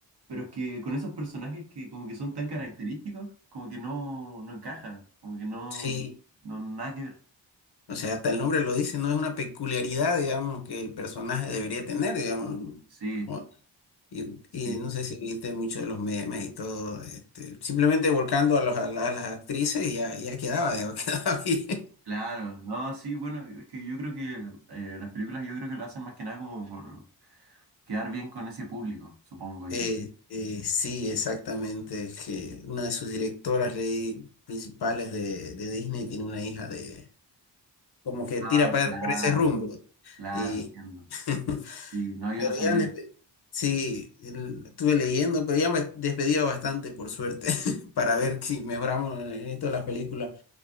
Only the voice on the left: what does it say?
sí,
o sea, hasta el nombre lo dice, no es una peculiaridad, digamos, que el personaje debería tener, digamos,
como- y,
y no sé si viste mucho de los memes y todo, este, simplemente volcando a, los, a, la- a las actrices y ya, ya quedaba, ya <laughs> quedaba bien.
Eh, eh, sí, exactamente, es que una de sus directoras leí, principales de, de Disney tiene una hija de como que
tira para,
para ese rumbo.
Y,
<laughs>
pero
ya despe- sí, el- estuve leyendo, pero ya me despedía bastante, por suerte, <laughs> para ver si mejoramos en esto de las películas.